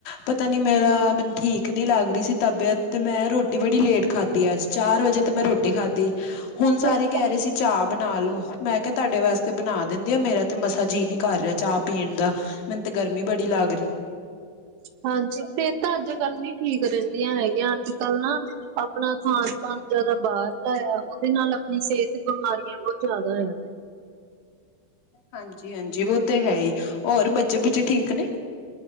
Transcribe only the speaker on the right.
ਸਿਹਤ
ਹਾਂਜੀ, ਸਿਹਤਾਂ ਅੱਜ -ਕੱਲ ਨਈ ਠੀਕ ਰਹਿੰਦੀਆਂ ਹੈਗੀਆਂ, ਅੱਜ- ਕੱਲ ਨਾ ਆਪਣਾ ਖਾਾਨ -ਪਾਨ ਜਿਆਦਾ ਬਾਹਰ ਲਾਇਆ ਉਹਦੇ ਨਾਲ, ਆਪਣੀ ਸਿਹਤ ਬਿਮਾਰੀਆਂ, ਬਹੁਤ ਜ਼ਿਆਦਾ ਆ